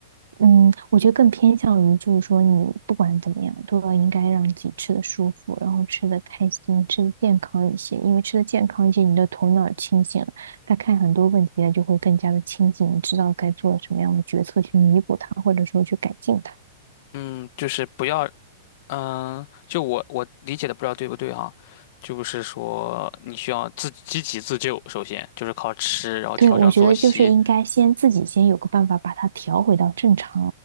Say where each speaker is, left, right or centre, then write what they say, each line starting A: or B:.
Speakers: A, on the right; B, on the left.
A: 嗯，我觉得更偏向于就是说，你不管怎么样，都要应该让自己吃的舒服，然后吃的开心，吃的健康一些。因为吃的健康一些，你的头脑清醒了，他看很多问题呢就会更加的清醒，你知道该做什么样的决策去弥补它，或者说去改进它。
B: 嗯，就是不要，嗯，就我我理解的不知道对不对哈，就是说你需要自积极自救，首先就是靠吃，然后调整作息。
A: 对，我觉得就是应该先自己先有个办法把它调回到正常